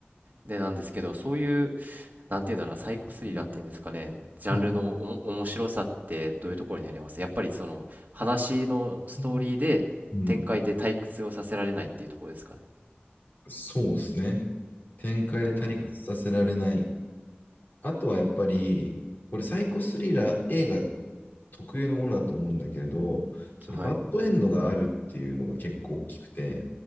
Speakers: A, on the right; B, on the left.
A: で、なんですけど、そういう、なんていうんだろうな、サイコスリラーっていうんですかね、
B: うん。
A: ジャンルのおも面白さってどういうところにありますやっぱりその話のストーリーで展開で退屈をさせられないっていうところですかね。
B: うん。うんそうですね。展開で退屈させられない。
A: あー
B: あとはやっぱり、これサイコスリラー映画特有のものだと思うんだけれど、そのバッドエンドがあるっていうのが結構大きくて、
A: はい。